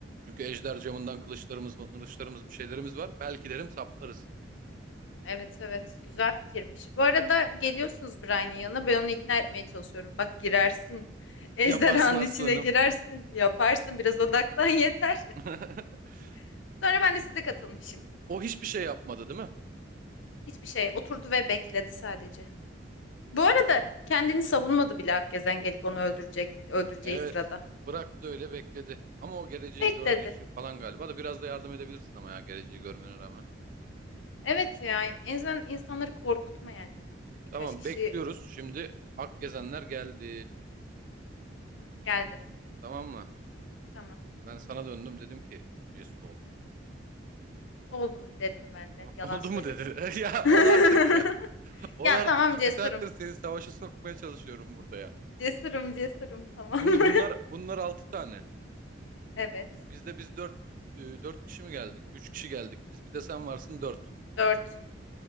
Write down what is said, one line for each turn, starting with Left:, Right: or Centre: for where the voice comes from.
Right: Çünkü ejder camından kılıçlarımız, kılıçlarımız bir şeylerimiz var. Belki derim saplarız.
Left: Evet evet güzel fikirmiş. Bu arada geliyorsunuz Brian'in yanına ben onu ikna etmeye çalışıyorum. Bak girersin <laughs> ejderhanın
Right: Yaparsın aslanım.
Left: içine girersin yaparsın biraz odaklan yeter.
Right: <laughs>
Left: <laughs> Sonra ben de size katılmışım.
Right: O hiçbir şey yapmadı değil mi?
Left: Hiçbir şey oturdu ve bekledi sadece. Bu arada kendini savunmadı bile Akgezen gelip onu öldürecek öldüreceği
Right: Evet.
Left: sırada.
Right: Bıraktı öyle bekledi. Ama o geleceği
Left: Bekledi.
Right: gördüğü için falan galiba da biraz da yardım edebilirsin ama ya geleceği görmene rağmen.
Left: Evet ya en azından insanları korkutma yani. Birkaç
Right: Tamam
Left: kişi
Right: bekliyoruz. Şimdi Akgezenler geldi.
Left: geldi.
Right: Tamam mı?
Left: Tamam
Right: Ben sana döndüm dedim ki cesur ol.
Left: oldum dedim ben
Right: <laughs>
Left: de yalan
Right: Oldu
Left: söyledim.
Right: mu dedi. <laughs> Ya
Left: <laughs>
Right: ol artık ya. Ol
Left: Ya
Right: artık.
Left: tamam
Right: İki
Left: cesurum.
Right: saattir seni savaşa sokmaya çalışıyorum burada ya.
Left: Cesurum cesurum tamam.
Right: Şimdi
Left: <laughs>
Right: bunlar bunlar altı tane.
Left: Evet.
Right: Bizde biz dört e, dört kişi mi geldik? Üç kişi geldik biz. Bir de sen varsın dört.
Left: Dört.